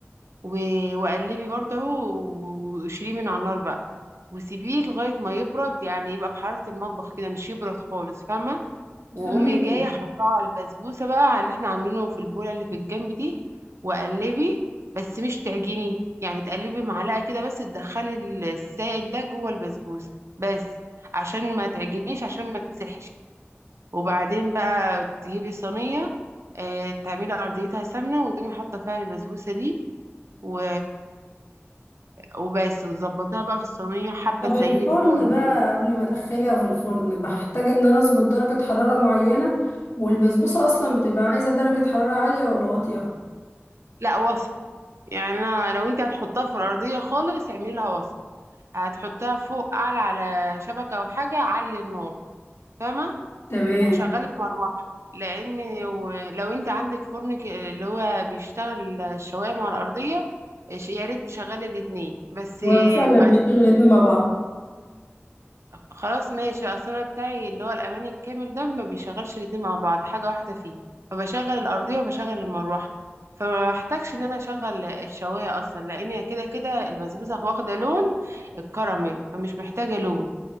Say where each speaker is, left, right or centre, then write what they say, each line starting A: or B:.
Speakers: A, on the right; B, on the left.
A: و... وقلبي برضه و- وشيليه من على النار بقى وسيبيه لغاية ما يبرد يعني يبقى بحرارة المطبخ كده مش يبرد خالص فاهمة وقومي
B: فهماك
A: جاية حطاه على البسبوسة بقى على اللي احنا عاملينه في البولة اللي في الجنب دي وقلبي بس مش تعجني يعني تقلبي معلقة كده بس تدخلي ال- السائل ده جوه البسبوسة بس عشان ما تعجنيش عشان ما تسحش وبعدين بقى تجيبي صينية آه، تعملي أرضيتها سمنة وتقومي حاطة فيها البسبوسة دي و... وبس وتظبطها بقى في الصينية حبة
B: طب
A: تزيني
B: الفرن
A: فوق من
B: بقى
A: البيض
B: قبل ما ادخلها في الفرن بحتاج ان انا اظبط درجة حرارة معينة والبسبوسة اصلا بتبقى عايزة درجة حرارة عالية ولا واطية
A: لا وسط يعني أنا لو انت هتحطها في الأرضية خالص اعملي لها وسط هتحطها فوق أعلى على شبكة أو حاجة علي النار فاهمة
B: تمام
A: وشغلي المروحة لأن و- لو انت عندك فرن ك- اللي هو بيشتغل الشواية مع الأرضية ش- يا ريت تشغلي الاتنين بس
B: وفعلا
A: ما
B: بيشتغل الاتنين مع بعض
A: خلاص ماشي اصل انا بتاعي اللي هو الاماني الكامل ده ما بيشغلش الاتنين مع بعض حاجه واحده فيه فبشغل الارضيه وبشغل المروحه فما بحتاجش ان انا اشغل الشوايه اصلا لان كده كده البسبوسه واخده لون الكراميل فمش محتاجه لون